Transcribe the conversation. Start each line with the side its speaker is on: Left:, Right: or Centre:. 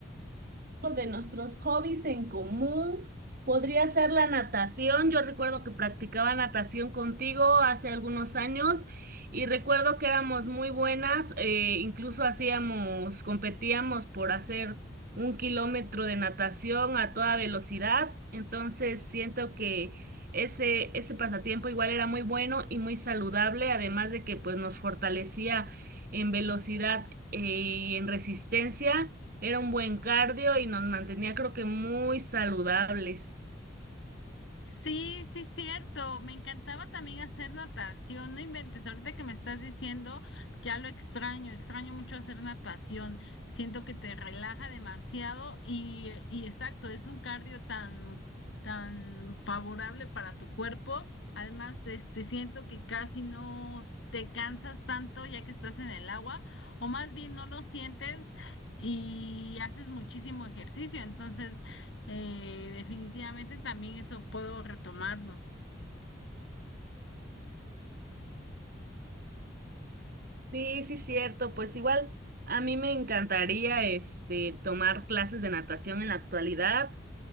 Right: de nuestros hobbies en común podría ser la natación. Yo recuerdo que practicaba natación contigo hace algunos años y recuerdo que éramos muy buenas, eh, incluso hacíamos, competíamos por hacer un kilómetro de natación a toda velocidad. Entonces siento que ese, ese pasatiempo igual era muy bueno y muy saludable, además de que pues nos fortalecía en velocidad, eh, y en resistencia. Era un buen cardio y nos mantenía, creo que muy saludables.
Left: Sí, sí, cierto. Me encantaba también hacer natación. No inventes, ahorita que me estás diciendo, ya lo extraño. Extraño mucho hacer natación. Siento que te relaja demasiado y, y exacto, es un cardio tan, tan favorable para tu cuerpo. Además, este, siento que casi no te cansas tanto ya que estás en el agua, o más bien no lo sientes y haces muchísimo ejercicio. Entonces, eh, definitivamente también eso puedo retomarlo.
Right: Sí, sí, cierto. Pues igual a mí me encantaría este tomar clases de natación en la actualidad.